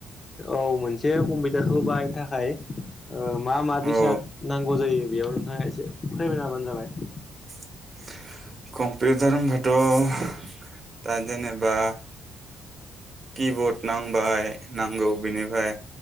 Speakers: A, on the left; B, on the right.
A: औ मोनसे जसे कम्पिउटारखौ बाहायनो थाखाय मा मा बेसाद
B: औ
A: नांगौ जायो? बेयाव नोंथाङा एसे फोरमायना होबानो जाबाय।
B: <inaudible> कम्पिउटार होनबाथ' दा जेनेबा किबर्ड नांबाय नांगौ बेनिफ्राय